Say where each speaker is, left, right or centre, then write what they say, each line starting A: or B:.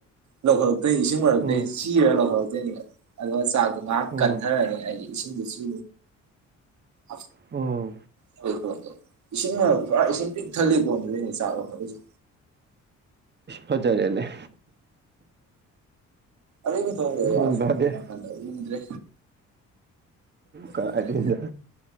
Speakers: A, on the right; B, on the right.
A: ꯂꯧꯈꯠꯂꯛꯇꯣꯏ꯫ ꯏꯁꯤꯡ ꯃꯔꯛꯇ
B: ꯎꯝ
A: ꯑꯩ ꯆꯤꯔꯒ ꯂꯧꯈꯠꯂꯛꯇꯣꯏꯅꯦꯕ ꯑꯗꯨꯒ ꯆꯥꯛꯇꯣ ꯉꯥꯏꯍꯥꯛ
B: ꯎꯝ
A: ꯀꯟꯊꯔꯅꯤ ꯑꯩꯗꯤ ꯏꯁꯤꯡꯗꯣ ꯆꯦ꯫ ꯑ
B: ꯎꯝ
A: ꯑꯣꯏ ꯀ꯫ ꯏꯁꯤꯡꯅ ꯄꯨꯔꯥ ꯏꯁꯤꯡ ꯄꯤꯛ ꯊꯜꯂꯤ ꯀꯣꯟꯗꯨꯗꯅꯦ ꯆꯥꯕ ꯈꯣꯠꯂꯁ꯫
B: ꯐꯖꯔꯦꯅꯦ꯫
A: ꯑꯗꯗꯒꯤ
B: ꯃꯑꯣꯡ
A: ꯑꯗꯨꯝ
B: ꯇꯥꯗꯦ
A: ꯊꯣꯡ ꯑꯗꯗ꯭ꯔꯦ꯫
B: ꯀ
A: ꯎꯗ꯭ꯔꯦ
B: ꯑꯗꯨꯗꯤ